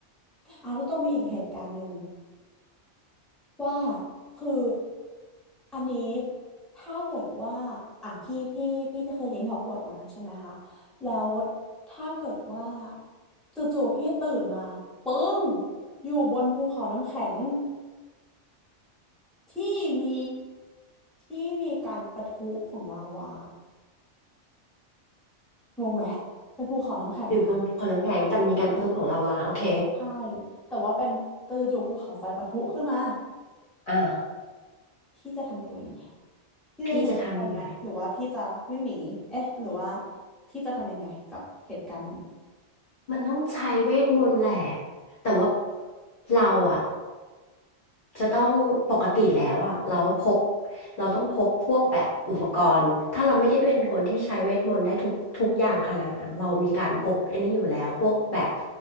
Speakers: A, in the centre; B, on the left.
A: อ่ะแล้วต้องมีอีกเหตุการณ์หนึ่งว่าคืออันนี้ถ้าเกิดว่าอ่ะพี่พี่พี่ที่เคยเรียนฮอกวอตส์มาใช่ไหมคะแล้วถ้าเกิดว่าจู่ๆพี่ตื่นมาปึ้งอยู่บนภูเขาน้ำแข็งที่มีที่มีการปะทุของลาวางงไหมเป็นภูเขาน้ำแข็งนะ
B: หรือบนขวดน้ำแข็งแต่มีการประทุของลาวาโอเค
A: ใช่แต่ว่าเป็นแต่จู่ๆภูเขาไฟปะทุขึ้นมา
B: อ่ะ
A: พี่จะทำตัวยังไงพี่จะใช้เวทมอดทนต์ไหมหรือว่าพี่จะวิ่งหนีเอ๊ะหรือว่า
B: พี่จะทำยังไง
A: พี่จะทำยังไงกับเหตุการณ์นั้น
B: มันต้องใช้เวทมนต์แหละแต่ว่าเราอะ จะต้องปกติแล้วอ่ะเราพกเราต้องพกพวกแบบอุปกรณ์ถ้าเราไม่ได้เป็นคนที่ใช้เวทมนต์ได้ทุกทุกอย่างขนาดนั้นเรามีการพกอันนี้อยู่แล้วพวกแบบ